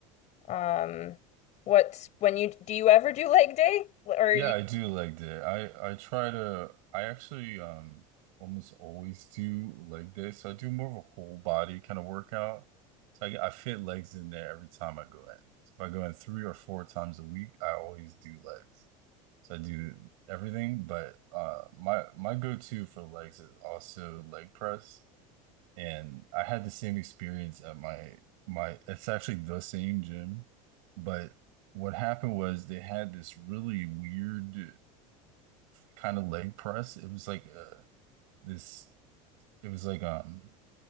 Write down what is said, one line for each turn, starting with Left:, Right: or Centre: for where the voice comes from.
Left: Um, what's when you do you ever do leg day or are
Right: Yeah,
Left: you?
Right: I do leg day. I I try to I actually um almost always do leg day. So I do more of a whole body kind of workout. So I, I fit legs in there every time I go in. So if I go in three or four times a week, I always do legs. So I do everything, but uh my my go-to for legs is also leg press. And I had the same experience at my my it's actually the same gym, but what happened was they had this really weird kind of leg press. It was like uh, this. It was like um,